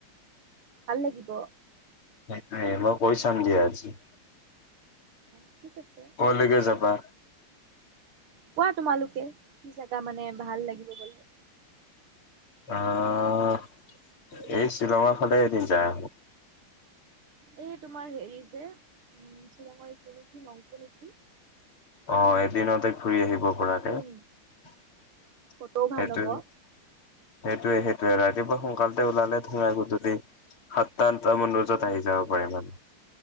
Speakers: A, on the right (about 85°); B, on the left (about 85°).
A: ভাল লাগিব।
B: তাকেই মই কৰি চাম দিয়া, আজি
A: অ'। ঠিক আছে
B: ক'লৈকে যাবা?
A: কোৱা, তোমালোকে কি জেগা, মানে, ভাল লাগিব গ'লে?
B: আহ, এই শ্বিলঙৰ ফালে, এদিন যাই আহোঁ
A: এই, তোমাৰ, হেৰি যে, উম, শ্বিলঙৰ, এইখিনি কি? নংপ' নেকি?
B: অ', এদিনতে ঘূৰি আহি ব পৰাকে,
A: উম
B: সেইটোৱেই,
A: ফটোও ভাল হ'ব
B: সেই সেইটোৱেই, সেইটোৱেই। ৰাতিপুৱা সোনকালতে ওলালে, ধৰা, আহোঁতে দেৰি, সাতটা-আঠটামান বজাত আহি যাব পাৰে, মানে